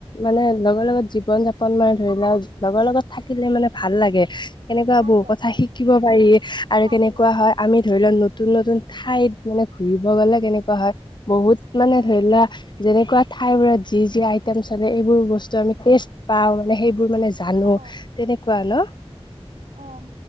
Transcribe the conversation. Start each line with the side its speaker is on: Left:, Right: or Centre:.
Left: মানে লগৰ লগত জীৱন-যাপন মানে ধৰি'লৱা লগৰ লগত থাকিলে মানে ভাল লাগে, তেনেকুৱা
Right: ভাল
Left: বহু
Right: লাগে
Left: কথা শিকিব পাৰি আৰু
Right: পাৰি
Left: কেনেকুৱা হয় আমি ধৰি লও নতুন-নতুন ঠাইত মানে ঘূৰিব গ'লে কেনেকুৱা হয় বহুত মানে
Right: অ
Left: ধৰিলৱা যেনেকুৱা ঠাই বোৰত যি-যি আইটেম চলে এইবোৰ বস্তু আমি টেষ্ট পাও মানে সেইবোৰ মানে জানো
Right: অ
Left: তেনেকুৱা ন?
Right: অ'ম